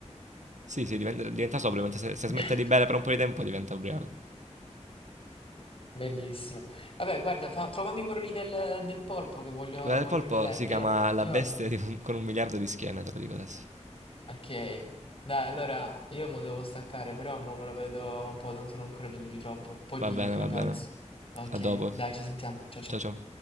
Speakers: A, on the right; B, on the left.
A: Sì, sì, diventa diventa sobrio, mentre se se
B: <laughs>
A: smette di bere per un po' di tempo diventa ubriaco.
B: Bellissimo. Vabbè, guarda, fa- trovami quello lì del, del polpo che voglio,
A: Quella del
B: voglio
A: polpo
B: rivederlo.
A: si chiama
B: Io,
A: La
B: io
A: bestia di un con un miliardo di schiene, te lo dico adesso.
B: Ok. Dai, allora io mo devo staccare, però mo me lo vedo un po', tanto non credo duri troppo. Poi dico
A: Va bene,
B: che ne
A: va
B: penso.
A: bene.
B: Ok,
A: A dopo.
B: dai, ci sentiamo. Ciao ciao.
A: Ciao, ciao.